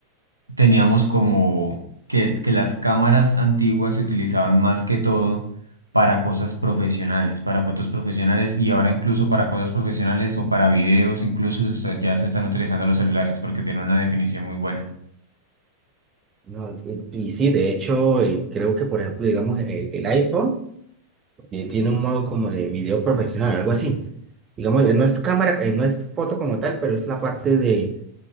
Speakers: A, on the right; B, on the right.
A: teníamos como que, que las cámaras antiguas se utilizaban más que todo para cosas profesionales, para fotos profesionales y ahora incluso para cosas profesionales o para videos, incluso se está- ya se están utilizando los celulares porque tienen una definición muy buena.
B: No, y y sí, de hecho, eh, creo que, por ejemplo, digamos, el el iPhone. eh, tiene un modo como de video profesional, algo así. Digamos, eh, no es cámara, eh, no es foto como tal, pero es la parte de,